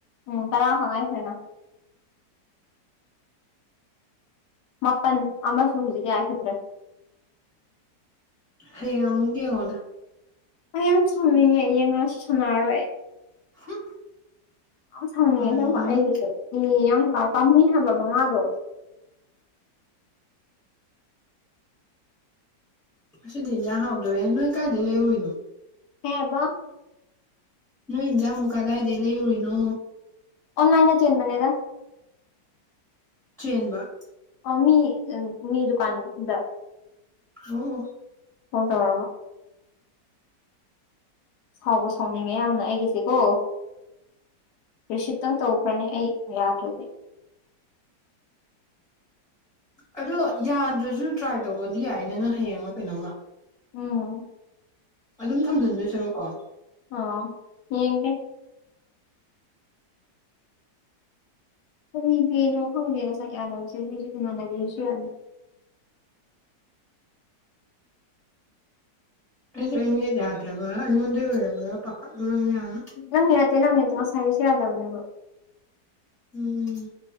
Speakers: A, on the left (about 70°); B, in the centre.
A: ꯎꯝ ꯇꯔꯥ ꯈꯛꯉꯥꯏꯈ꯭ꯔꯦꯅ ꯃꯥꯄꯟ ꯑꯃꯁꯨ ꯍꯧꯖꯤꯛ ꯌꯥꯈꯤꯗ꯭ꯔꯦ
B: ꯍꯌꯦꯡ ꯑꯃꯨꯛ ꯌꯦꯡꯉꯣꯗ
A: ꯑꯩ ꯌꯥꯝ ꯁꯥꯎꯅꯤꯡꯉꯦ ꯌꯦꯡꯉꯁꯨ ꯁꯥꯟꯅꯔꯣꯏ ꯑꯩ
B: ꯍꯨꯝ
A: ꯌꯥꯝ ꯁꯥꯎꯅꯤꯡꯉꯦ
B: ꯐꯔꯦꯗꯅ
A: ꯑꯁꯦꯡꯕ ꯑꯩꯒꯤꯁꯦ ꯏ ꯌꯥꯝ ꯀꯥꯏ ꯄꯥꯝꯃꯨꯏ ꯍꯥꯏꯕ ꯃꯉꯥꯗꯣ
B: ꯉꯁꯤꯗꯤ ꯏꯟꯖꯥꯡ ꯍꯥꯎꯗꯣꯔꯦ ꯅꯣꯏ ꯀꯥꯏꯗꯩ ꯂꯩꯔꯨꯔꯤꯅꯣ
A: ꯀꯩ ꯍꯥꯏꯕ
B: ꯅꯣꯏ ꯏꯟꯖꯥꯡꯕꯨ ꯀꯗꯥꯏꯗꯩ ꯂꯩꯔꯨꯔꯤꯅꯣ
A: ꯑꯣꯟꯂꯥꯏꯟꯗ ꯆꯦꯟꯕꯅꯦꯗ
B: ꯆꯦꯟꯕ
A: ꯑ ꯃꯤ ꯑꯝ ꯃꯤ ꯗꯨꯀꯥꯟꯗ
B: ꯑꯣ ꯑꯣ
A: ꯀꯣꯜ ꯇꯧꯔꯕꯣ ꯁꯥꯎꯕꯨ ꯁꯥꯎꯅꯤꯡꯉꯦ ꯌꯥꯝꯅ ꯑꯩꯒꯤꯁꯦꯀꯣ ꯔꯤꯁꯤꯞꯇꯪ ꯇꯧꯈ꯭ꯔꯅꯤ ꯑꯩ ꯌꯥꯗ꯭ꯔꯗꯤ
B: ꯑꯗꯣ ꯌꯥꯗ꯭ꯔꯖꯨ ꯇ꯭ꯔꯥꯏ ꯇꯧꯕꯗꯤ ꯌꯥꯏꯅ ꯅꯪ ꯍꯌꯦꯡꯂ ꯀꯩꯅꯣꯝꯃ
A: ꯎꯝ
B: ꯑꯗꯨꯝ ꯊꯝꯖꯤꯟꯗꯣꯏꯁꯤꯔꯣ ꯀꯣ
A: ꯑꯣ ꯌꯦꯡꯒꯦ <unintelligible> ꯈꯪꯗ‌ꯦꯉꯁꯥꯏ ꯀꯌꯥꯅꫭꯍꯥꯏꯕꯁꯦ <unintelligible>
B: ꯑꯩꯁꯦ ꯅꯦꯠ ꯌꯥꯗ꯭ꯔꯕ ꯑꯩꯉꯣꯟꯗꯩ ꯑꯣꯏꯔꯕ꯭ꯔ ꯄꯥꯈꯠꯂꯨꯔꯝꯅꯦꯌꯥꯝ
A: ꯅꯪꯅꯥ ꯅꯠꯇꯦ ꯅꯪꯅꯥ ꯅꯠꯇꯕ ꯉꯁꯥꯏꯒꯦꯁꯨ ꯌꯥꯗꯧꯅꯦꯕ
B: ꯎꯝ